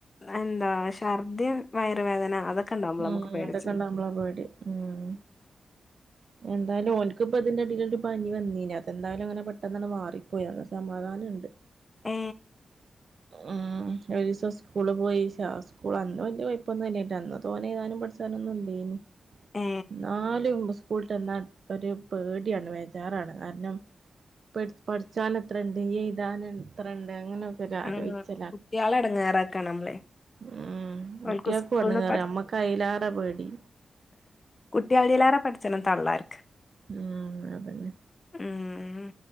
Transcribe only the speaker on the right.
ഉം
അതൊക്കെ ഉണ്ടാവുമ്പളെ പോയിട്ട് ഉം എന്തായാലും ഓൽക്ക്പ്പ അതിന്റെടല് ഒരു പനി വന്നീല അതെന്തായാലും അങ്ങനെ പെട്ടെന്ന മാറിപ്പോയ സമാധാനംണ്ട്
ഉം ഒരു ദിവസം സ്കൂള് പോയി ക്ഷ സ്കൂൾ അന്ന് വലിയ കുഴപ്പൊന്നും ഇല്ലയിരുന്ന് ന്ന തോന്നെ താനും പഠിച്ചാനൊന്നുംല്ലേന്
എന്നാലും സ്കൂളട്ടന്നാ ഒരു പേടിയാണ് ബേജാറാണ് കാരണം പ പഠിച്ചാന എത്രണ്ട് എഴുതാനത്രണ്ട് അങ്ങനെ
ലോചിച്ച
ഉം കുട്ടിൾക്ക്
വന്ന്കേറ അമ്മക്ക് അയിലാറ പേടി
ഉംഅതന്നെ